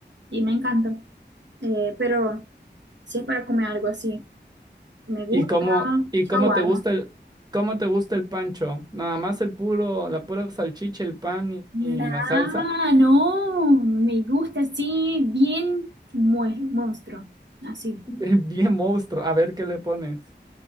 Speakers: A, on the right; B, on the right.
A: Y me encanta. Eh, pero si es para comer algo así, me gusta
B: ¿Y cómo, y
A: shawarma.
B: cómo te gusta el, cómo te gusta el pancho? Nada más el puro, la pura salchicha, el pan y,
A: Nah,
B: y la salsa.
A: no, me gusta así, bien mue- monstruo, así.
B: <laughs> Bien monstruo, a ver qué le pones.